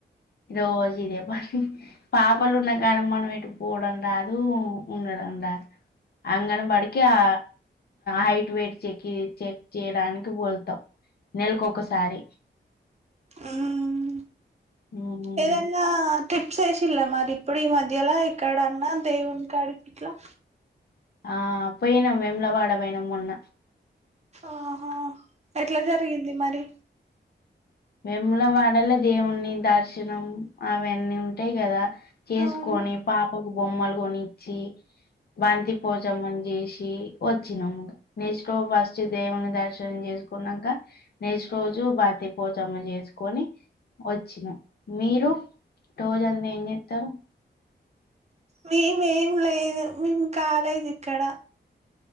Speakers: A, on the left (about 60°); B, on the right (about 35°).
A: రోజు ఇదే పని పాపలు ఉన్నా కాడమ్మన్ వెటు పోవడం రాదు ఉండడం రాదు అంగన బడికి ఆ హైట్ వయిట్ చె చెక్ చేయడానికి వొల్తాం నెలకొకసారి
B: ఉమ్
A: మ్మ్
B: ఏదన్నా ట్రిప్స్ వేసిలా మరి ఇప్పుడు ఈ మధ్యలా ఎక్కడన్నా దేవుని కాడికిట్లా
A: ఆ పోయినాం వెేమ్లవాడ పోయినం మొన్న
B: ఆహా ఎట్లా జరిగింది మరి
A: వెముల వాడలా దేవుని దర్శనం అవన్నీ ఉంటాయి గదా చేసుకొని
B: అవును
A: పాపకు బొమ్మలు గొనిచ్చి బంతి పోచమని చేసి వచ్చినము నేచుకో ఫస్ట్ దేవుని దర్శనం జెసి తీకునంకా నెక్స్ట్ రోజు బత పోచమ్మ చేసుకొని వచ్చినం మీరు రోజ అంత ఏం చెత్తరు
B: మేమేం లేదు మేం కాలేజి ఇక్కడ